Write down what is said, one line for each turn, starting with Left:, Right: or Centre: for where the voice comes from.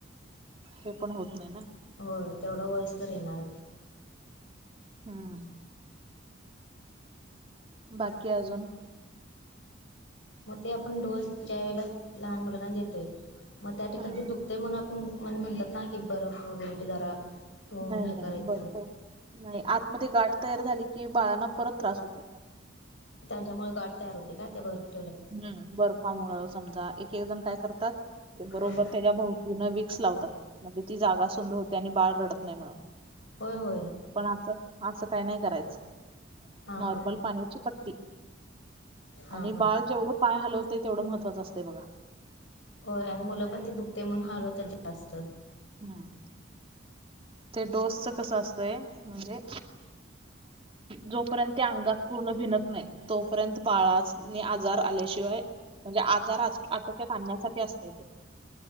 Right: हे पण होत नाही ना.
Left: हो तेवढं वयस तर येणार.
Right: हम्म. बाकी अजून.
Left: मग ते आपण डोस ज्या वेळेला लहान मुलांना देतोय मग त्या ठिकाणी
Right: हम्म
Left: ते दु. ते म्हण आपण म्हणजे म्हणतात ना की बर्फ वगैरे जरा ठेवून
Right: नाही
Left: हे
Right: नाही
Left: करायचं.
Right: बर्फ नाही आतमध्ये गाठ तयार झाली की बाळांना परत त्रास होतोय.
Left: त्यांच्यामुळे गाट तयार होते का ते भरपूर.
Right: हम्म बर्फामुळ समजा एक एक जण काय करतात. ते बरोबर
Left: हां
Right: त्याच्या भोवतीन विक्स लावतात म्हणजे ती जागा सुंदर होते आणि बाळ रडत नाही म्हणून
Left: होय हो.
Right: पण असं असं काही नाही करायचं
Left: हां
Right: नॉर्मल
Left: हां
Right: पाण्याची पट्टी
Left: हां
Right: आणि
Left: हां
Right: बाळ जेवढं पाय हलवते तेवढं महत्त्वाचं असतं बघा.
Left: होय आणि मुलं पण ते दुखते म्हणून हलवतात जास्त
Right: हम्म. ते डोसचं कसं असतंय म्हणजे जोपर्यंत ते अंगात पूर्ण भिनत नाही तोपर्यंत बाळाने आजार आल्याशिवाय म्हणजे आजार आटोक्यात आणण्यासाठी असत ते